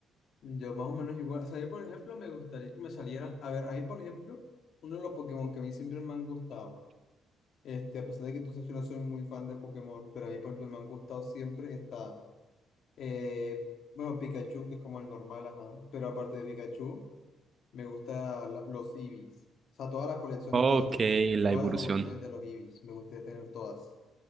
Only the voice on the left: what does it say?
Yo más o menos igual. O sea, yo, por ejemplo, me gustaría que me saliera. A ver, ahí, por ejemplo, uno de los Pokémon que a mí siempre me han gustado. Este, a pesar de que tú sabes que no soy muy fan de Pokémon, pero a mí, por ejemplo, me han gustado siempre. Está, eh, bueno, Pikachu, que es como el normal, ajá. Pero aparte de Pikachu. Me gusta la- los Eevees. O sea, toda la colección
de todas las,
todas
las evoluciones de los Eevees. Me gustaría tener todas.